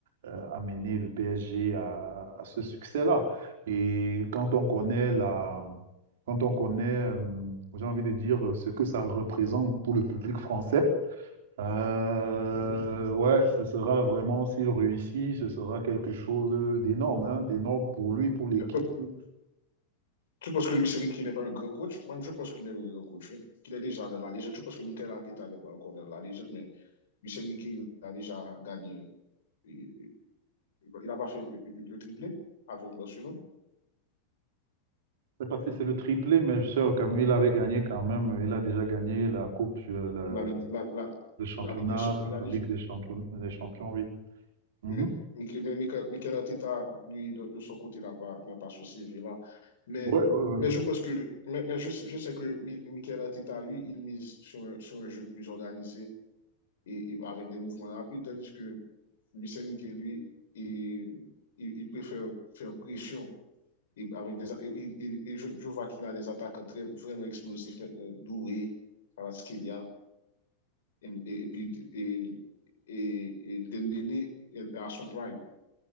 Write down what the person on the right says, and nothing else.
euh, amené le PSG à, à ce succès-là. Et quand on connaît la, quand on connaît, euh, j'ai envie de dire, ce que ça représente pour le public français, euh,
ouais, ce sera vraiment, s'il réussit, ce sera quelque chose d'énorme, hein, d'énorme pour lui, pour l'équipe.
Je
ne sais pas si c'est le triplé, mais je sais quand même, il avait gagné quand même, il a déjà gagné la Coupe, euh, la-
le championnat,
la
Ligue des champions, des champions, oui. Mhm.
Ouais, ouais,
ouais.